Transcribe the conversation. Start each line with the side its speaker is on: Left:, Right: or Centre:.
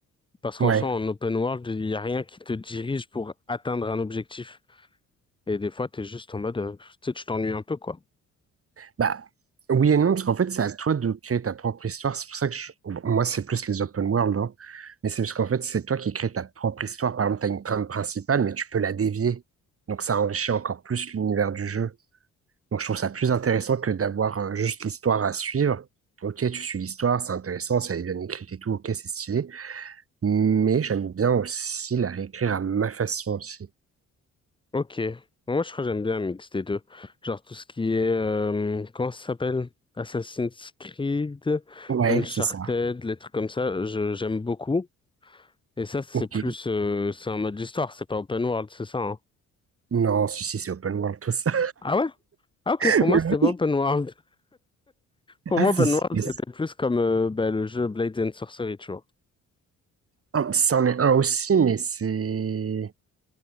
Left: parce qu'en
Right: Ouais.
Left: soi, en open world, il n'y a rien qui te dirige pour atteindre un objectif. Et des fois, t'es juste en mode, euh, tu sais, tu t'ennuies un peu, quoi.
Right: Bah, oui et non, parce qu'en fait, c'est à toi de créer ta propre histoire. C'est pour ça que je- bon, moi, c'est plus les open world, hein. Mais c'est parce qu'en fait, c'est toi qui crées ta propre histoire. Par exemple, tu as une trame principale, mais tu peux la dévier. Donc, ça enrichit encore plus l'univers du jeu. Donc, je trouve ça plus intéressant que d'avoir euh, juste l'histoire à suivre. Ok, tu suis l'histoire, c'est intéressant, si elle est bien écrite et tout, ok, c'est stylé. Mais j'aime bien aussi la réécrire à ma façon aussi.
Left: Ok. Moi, je crois que j'aime bien un mix des deux. Genre tout ce qui est, euh, comment ça s'appelle? Assassin's Creed,
Right: Ouais,
Left: Uncharted,
Right: c'est ça.
Left: les trucs comme ça, je, j'aime beaucoup. Et ça, c'est
Right: Ok.
Left: plus, euh, c'est un mode d'histoire, c'est pas open world, c'est ça, hein.
Right: Non, si, si, c'est open world, tout ça.
Left: Ah ouais? Ah ok,
Right: <laughs>
Left: pour moi, c'était pas open world. <laughs> Pour
Right: Ah,
Left: moi, open
Right: si, si.
Left: world,
Right: yes.
Left: c'était plus comme, euh, bah, le jeu Blades and Sorcery, tu vois.
Right: Ah, C'en est un aussi, mais c'est...